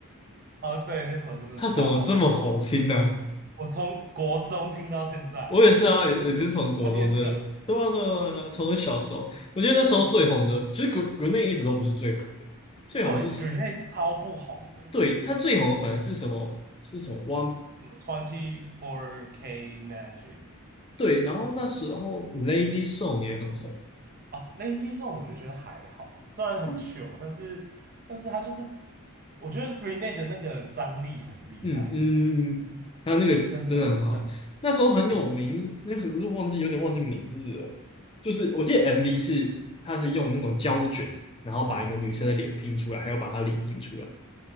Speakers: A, on the right (about 45°); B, on the left (about 25°).
A: 啊对，那首真的超好听，
B: 它怎么这么好听呢、
A: 我从国中听到现在欸，
B: 我也是啊，也就是从国中真的，
A: 啊你也是啊，
B: 对啊对啊对啊从我小时候，我觉得那时候最红的，
A: 干
B: 其实国国内一直都不是最红的，最红是是，
A: 对，Grenade 超不红的，
B: 对，它最红的反而是什么？是什么？One
A: 什么 Twenty Four K Magic
B: 对，然后那时候
A: 或者是什么
B: Lazy Song 也很红，
A: 哦，Lazy Song 我就觉得还好，虽然很糗，
B: 嗯
A: 但是但是他就是，我觉得 Grenade 的那个张力很厉害，
B: 嗯嗯，还有那个真的很好，
A: 真的真的很
B: 那时候很有名，
A: 真的
B: 那时候就忘记有点忘记名字了，就是我记得 MV 是它是用那种胶卷，然后把一个女生的脸拼出来，还有把她脸拼出来。